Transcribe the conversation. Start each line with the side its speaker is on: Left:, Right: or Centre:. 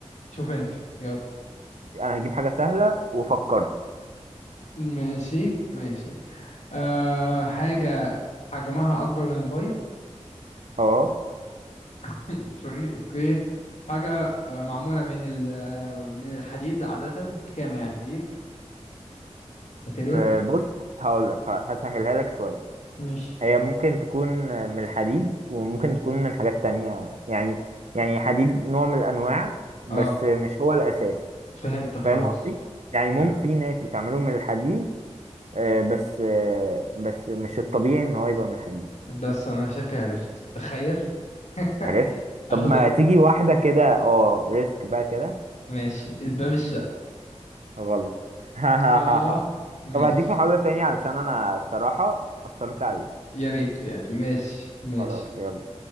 Left: شوف انت يلا
Right: انا هجيب حاجة سهلة وفكرت
Left: ماشي ماشي أه حاجة حجمها أكبر من الموبايل
Right: اه
Left: <laughs> سوري أوكي حاجة آه، معمولة من ال آه، من الحديد عادة خامة يعني حديد ماتيريال
Right: م- بص هقول لك هسهلها لك شوية
Left: مش
Right: هي ممكن تكون من الحديد وممكن تكون من حاجات تانية يعني يعني حديد نوع من الأنواع بس
Left: اه
Right: مش هو الأساس
Left: فهمت <laughs> خلاص
Right: فاهم قصدي؟ يعني مم
Left: فهم
Right: في ناس بتعمله من الحديد آه، بس آه، بس مش الطبيعي إن هو يبقى من الحديد
Left: بس أنا شكلي عرفت تخيل <laughs>
Right: عرفت؟
Left: اخد
Right: طب ما
Left: ال...
Right: تيجي واحدة كده اه ريسك بقى كده
Left: ماشي الباب الشقة
Right: غلط <laughs>
Left: اه ماشي
Right: طب هديك محاولة تانية علشان أنا الصراحة أثرت عليك
Left: يا ريت يعني ماشي ماشي
Right: خلاص يلا